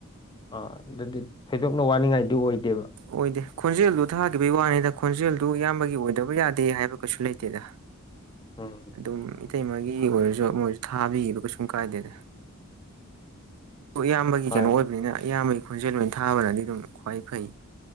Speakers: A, on the left; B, on the right.
A: ꯑꯥ ꯑꯗꯨꯗꯤ ꯊꯣꯏꯗꯣꯛꯅ ꯋꯥꯅꯤꯡꯉꯥꯏꯗꯤ ꯑꯣꯏꯗꯦꯕ
B: ꯑꯣꯏꯗꯦ ꯈꯣꯟꯖꯦꯜꯗꯨ ꯊꯥꯈꯤꯕꯩ ꯋꯥꯅꯤꯗ ꯈꯣꯟꯖꯦꯜꯗꯨ ꯏꯌꯥꯝꯕꯒꯤ ꯑꯣꯏꯗꯕ ꯌꯥꯗꯦ ꯍꯥꯏꯕ ꯀꯩꯁꯨ ꯂꯩꯇꯦꯗ
A: ꯑꯥ
B: ꯑꯗꯨꯝ ꯏꯇꯩꯃꯒꯤ ꯑꯣꯏꯔꯖꯨ ꯑꯃ ꯑꯣꯏꯔꯖꯨ ꯊꯥꯕꯤꯒꯤꯕ ꯀꯩꯁꯨꯝ ꯀꯥꯏꯗꯦꯗ ꯎꯌꯥꯝꯕꯒꯤ
A: ꯍꯣꯏ
B: ꯀꯩꯅꯣ ꯑꯣꯏꯕꯅꯤꯅ ꯏꯌꯥꯝꯕꯒꯤ ꯈꯣꯟꯖꯦꯟ‌ ꯑꯣꯏꯅ ꯊꯥꯕꯅꯗꯤ ꯑꯗꯨꯝ ꯈ꯭ꯋꯥꯏ ꯐꯩ